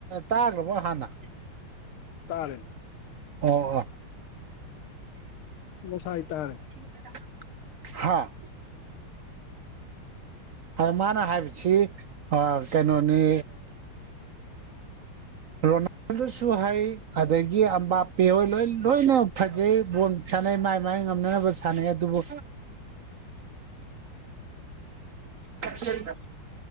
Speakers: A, on the right; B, on the left.
A: ꯇꯥꯈ꯭ꯔꯕꯣ ꯍꯥꯟꯅ
B: ꯇꯔꯦ
A: ꯑꯣ ꯑꯣ
B: ꯉꯁꯥꯏ ꯇꯔꯦ
A: ꯊ <inaudible> ꯍꯥꯥ ꯑ ꯃꯥꯅ ꯍꯥꯏꯕꯁꯤ ꯀꯩꯅꯣꯅꯤ ꯔꯣꯅꯥꯜꯗꯣꯁꯨ ꯍꯩ ꯑꯗꯒꯤ ꯑꯝꯕꯥꯄꯦ ꯍꯣꯏ ꯂꯣꯏ ꯂꯣꯏꯅ ꯐꯖꯩꯕ ꯁꯥꯟꯅꯩ ꯃꯥꯏ ꯃꯥꯏ ꯉꯝꯅꯅꯕ ꯁꯥꯟꯅꯩ ꯑꯗꯨꯕꯨ ꯑꯆ <unintelligible>